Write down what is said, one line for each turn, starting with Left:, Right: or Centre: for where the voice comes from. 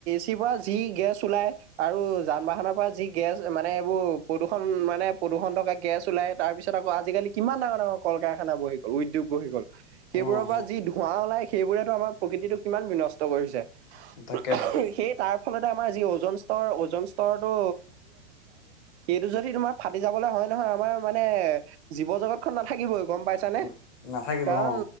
Right: তি পৰা যি গেছ ওলাই আৰু যান বাহনৰ পৰা যি গেছ মানে এইবোৰ প্ৰদূষণ মানে প্ৰদূষণ থকা গেছ ওলাই তাৰপিছত আকৌ আজিকালি কিমান ডাঙৰ ডাঙৰ ক ক কাৰখানা বহি গল উদ্যোগ বহি'ল সেইবোৰৰ
Left: অ,
Right: পৰা
Left: হয়
Right: যি ধোঁৱা ওলাই সেইবোৰেতো আমাৰ প্ৰকৃতিটো কিমান বিনষ্ট কৰিছে সেই
Left: তাকেহে
Right: তাৰ ফলতে আমাৰ যি ওজন স্তৰ ওজন স্তৰৰতটো এইটো যদি তোমাৰ ফাটি যাবলৈ হয় নহয় আমাৰ মানে জীৱ জগতখনন নাথাকিবই গম পাইছানে
Left: না- নাথাকিব
Right: কাৰণ
Left: অ,